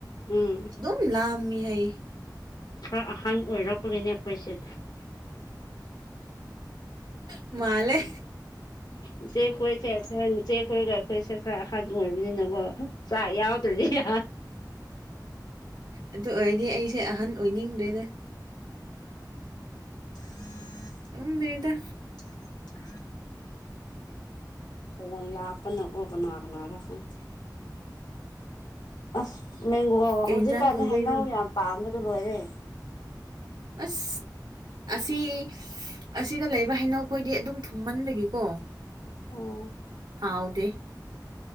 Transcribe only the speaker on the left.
ꯎꯝ
ꯈꯔ ꯑꯍꯟ ꯑꯣꯏꯔꯛꯄꯒꯤꯅꯦ ꯑꯩꯈꯣꯏꯁꯦ
ꯏꯆꯦ ꯈꯣꯏꯁꯦ ꯈꯔ ꯏꯆꯦ ꯀꯣꯏꯒ ꯑꯩꯈꯣꯏꯁꯦ ꯈꯔꯍ ꯑꯣꯏꯕꯅꯤꯅꯀꯣ ꯁꯥ ꯌꯥꯎꯗ꯭ꯔꯔꯤꯗꯤ ꯌꯥ
ꯎꯝ
ꯎꯝ ꯎꯝ ꯐꯣꯟ ꯂꯥꯛꯀꯅ ꯀ ꯀꯅꯥ ꯀꯅꯥꯔꯀꯅꯤ ꯑꯁ ꯃꯦꯡꯒꯣ
ꯍꯧꯖꯤꯛꯀꯥꯟꯗꯤ
ꯍꯩꯅꯧ ꯌꯥꯝ ꯄꯥꯝꯕꯗꯣ ꯂꯣꯏꯔꯦ
ꯑꯣ